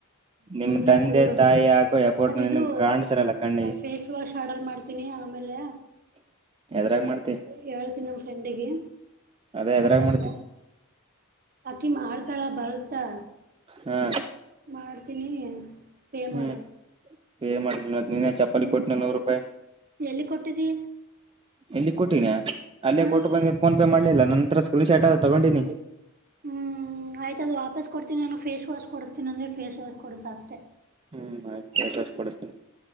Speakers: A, on the right; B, on the right.
A: ಸುಮನೆ
B: ನಿಮ್ ತಂದೆ
A: ಕೂಡು
B: ತಾಯಿ ಹಾಕೋ ಎಫೋರ್ಟ್
A: ಅದ
B: ನಿನ್
A: ಇದು
B: ಕಾಣ್ಸಿರಲ್ಲ ಕಣ್ಣಿಗೆ
A: ಫೇಸ್ ವಾಶ್ ಆರ್ಡರ್ ಮಾಡ್ತ. ತಿನಿ ಆಮೇಲೆ.
B: ಎದ್ರಾಗ ಮಾಡ್ತಿ.
A: ಹೇಳ್ತೀನಿ ನಮ್ಮ ಫ್ರೆಂಡಿಗೆ
B: ಅದೇ ಎದ್ರಾಗ
A: ಮಾಡಂತ.
B: ಮಾಡ್ತಿ
A: ಅಕ್ಕಿ ಮಾಡ್ತಾಳ ಬರ್ತಾ.
B: ಹ್ಮ್
A: ಮಾಡ್ತೀನಿ ಪೇ
B: ಹ್ಮ್
A: ಮಾಡ.
B: ಪೇ ಮಾಡ್ ನೀನ ಚಪಾತಿ
A: ಹ್ಮ್
B: ಕೊಟ್ಟನ ನೂರು ರೂಪಾಯಿ.
A: ಎಲ್ಲಿ ಕೊಟ್ಟಿದ್ದಿ.
B: ಇಲ್ಲಿ ಕೊಟ್ಟೀನಿ ಅಲ್ಲೇ
A: ಹಾ
B: ಕೊಟ್ಟು ಬಂದೆ ಫೋನ್ ಪೇ ಮಾಡ್ಲಿಲ್ಲ ನನ್ನತ್ರರ ಸ್ಕ್ರೀನ್ ಶರ್ಟ್ ಅ ತಗೊಂಡಿನಿ.
A: ಹ್ಮ್ ಆಯ್ತದು ವಾಪಸ್ ಕೊಡ್ತೀನಿನು ಫೇಸ್ ವಾಶ್ ಕೊಡಸ್ತನಿ ಅಂದೆ ಫೇಸ್ ವಾಸ್ ಕೊಡಸ ಅಷ್ಟೇ.
B: ಹ್ಮ್ ಆಯ್ತುಷ್ಟ ಪಡಿಸತೀನನೆ.